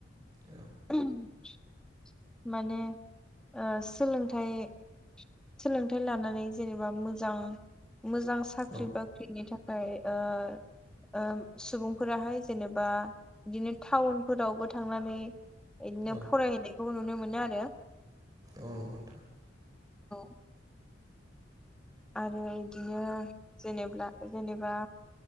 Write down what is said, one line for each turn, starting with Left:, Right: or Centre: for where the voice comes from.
Right: औ
Centre: <inaudible> माने ओ सोलोंथाइ सोलोंथाइ लानानै जेनेबा मोजां मोजां साख्रि
Right: औ
Centre: बाख्रिनि थाखाय ओ ओ सुबुंफोराहाय जेनेबा बिदिनो टाउनफोरावबो थांनानै बिदिनो
Right: औ
Centre: फरायहैनायखौबो नुनो मोनो नो आरो
Right: औ नंगौ नोंथां
Centre: <inaudible> आरो इदिनो जेनेबा जेनेबा